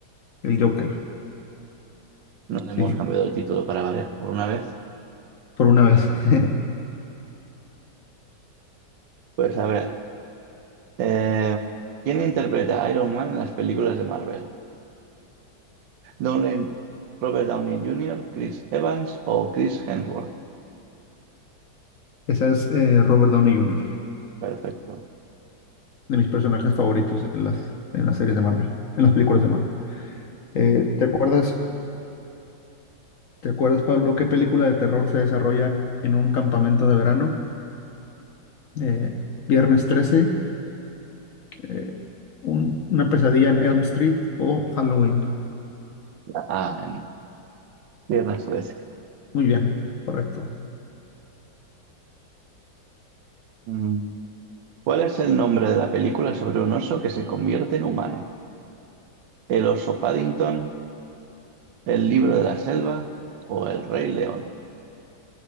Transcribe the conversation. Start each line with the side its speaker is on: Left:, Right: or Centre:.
Left: El Joker.
Right: No le
Left: Sí,
Right: hemos cambiado el título para variar por una vez.
Left: por una vez. <laughs>
Right: Pues a ver, eh, ¿quién interpreta a Iron Man en las películas de Marvel? Downey, Robert Downey Jr., Chris Evans o Chris Hemsworth.
Left: Esa es eh, Robert Downey Jr.,
Right: Perfecto.
Left: de mis personajes favoritos en las, en las series de Marvel, en las películas de Marvel. Eh, ¿te acuerdas, te acuerdas, Pablo, qué película de terror se desarrolla en un campamento de verano? Eh, Viernes 13, eh, un- una pesadilla en Elm Street o Halloween.
Right: Ah, en Viernes 13.
Left: Muy bien, correcto.
Right: Mm. ¿Cuál es el nombre de la película sobre un oso que se convierte en humano? ¿El oso Paddington, el libro de la selva o el Rey León?